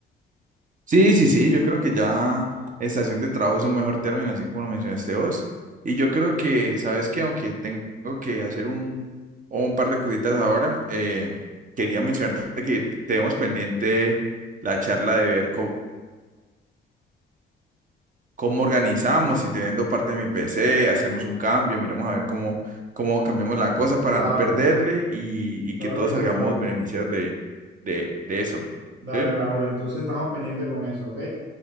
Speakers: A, on the right; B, on the right.
A: Sí, sí, sí, yo creo que ya estación de trabajo es un mejor término, así como lo mencionaste vos. Y yo creo que, sabes que aunque tengo que hacer un, un par de cositas ahora, eh, quería mencionarte que tenemos pendiente la charla de ver cómo, cómo organizamos, si te vendo parte de mi PC, hacemos un cambio, miramos a ver cómo, cómo cambiamos la cosa para
B: Claro,
A: no perderle y, y
B: claro
A: que todos
B: que sí,
A: salgamos
B: Raúl.
A: beneficiados de, de, de eso.
B: Dale,
A: ¿Sí?
B: Raúl. Entonces estamos pendientes con eso, ¿ok?